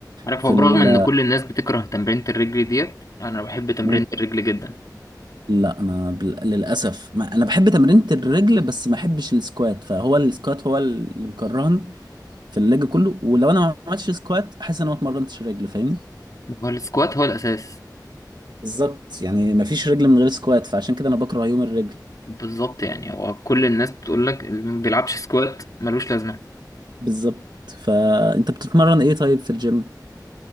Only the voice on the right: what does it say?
في
ال...
مم.
لا انا بل... للاسف ما... انا بحب تمرينة الرجل بس ما بحبش السكوات فهو السكوات هو اللي مكرهني في اللج كله ولو انا ما عملتش سكوات احس ان انا ما اتمرنتش رجل فاهمني
بالظبط يعني ما فيش رجل من غير سكوات فعشان كده انا بكره يوم الرجل
بالظبط فانت بتتمرن ايه طيب في الجيم